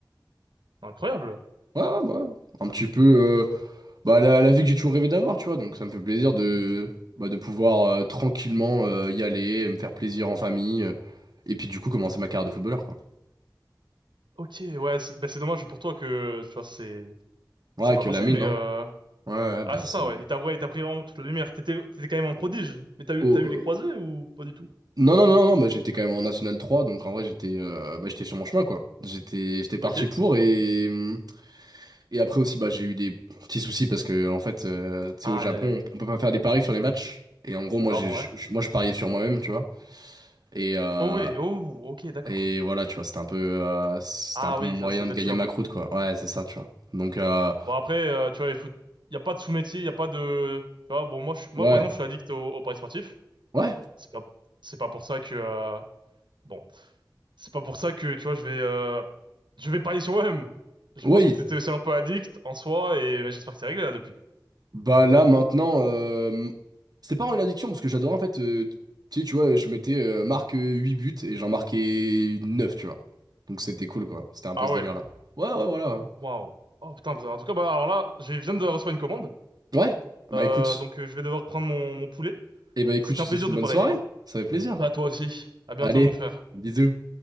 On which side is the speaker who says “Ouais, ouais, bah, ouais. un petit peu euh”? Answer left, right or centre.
Right